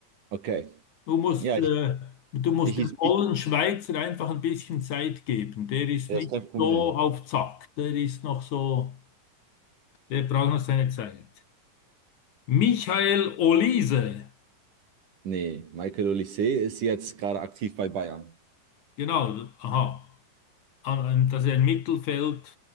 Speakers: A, on the right; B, on the left.
A: Okay.
B: Du musst,
A: Ja,
B: äh,
A: ich,
B: du musst
A: ich hieß
B: dem ollen
A: Mich.
B: Schweizer einfach ein bisschen Zeit geben. Der ist
A: Ja,
B: nicht
A: ist kein Problem.
B: so auf Zack. Der ist noch so, der braucht noch seine Zeit. Michael Olise.
A: Nee, Michael Olise ist jetzt gerade aktiv bei Bayern.
B: Genau, aha. Ähm, Das ist ein Mittelfeld.